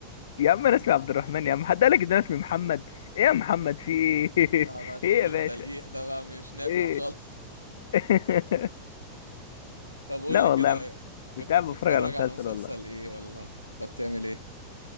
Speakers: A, on the left (about 60°); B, on the left (about 85°).
A: يا عم انا اسمي عبد الرحمن يا عم حد قالك ان انا اسمي محمد ايه يا محمد في ايه
B: لا بقى
A: <laughs>
B: شغل
A: ايه يا باشا
B: التلقيح ده بقى مش نافع
A: ايه
B: خالص
A: <laughs>
B: <laughs> طب قول
A: لا
B: لي
A: والله
B: كده
A: يا عم كنت
B: كنت
A: قاعد
B: بتتفرج
A: بتفرج على مسلسل
B: على مسلسل
A: والله
B: ايه ولا ولا بتعمل ايه؟